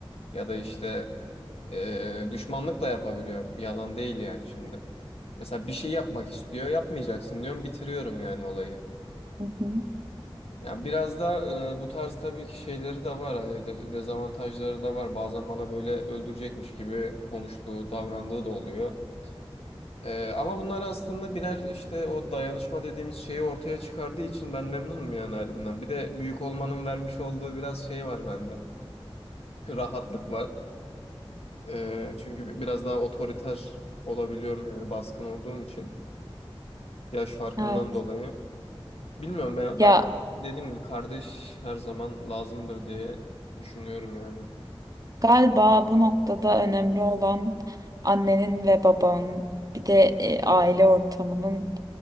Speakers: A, on the left; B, on the right.
A: ya da işte e, düşmanlık da yapabiliyorum. Yalan değil yani şimdi. Mesela bir şey yapmak istiyor, yapmayacaksın diyorum, bitiriyorum yani olayı.
B: Hı hı.
A: Ya biraz da e, bu tarz tabii ki şeyleri de var hani de- dezavantajları da var. Bazen bana böyle öldürecekmiş gibi konuştuğu, davrandığı da oluyor. Ee, ama bunlar aslında birer işte o dayanışma dediğimiz şeyi ortaya çıkardığı için ben memnunum yani halimden. Bir de büyük olmanın vermiş olduğu biraz şey var bende. Rahatlık var. Ee, çünkü biraz daha otoriter olabiliyorum yani baskın olduğum için. Yaş farkından
B: Evet.
A: dolayı. Bilmiyorum ya
B: Ya
A: ben dediğim gibi kardeş her zaman lazımdır diye düşünüyorum yani.
B: Galiba bu noktada önemli olan annenin ve babanın bir de e, aile ortamının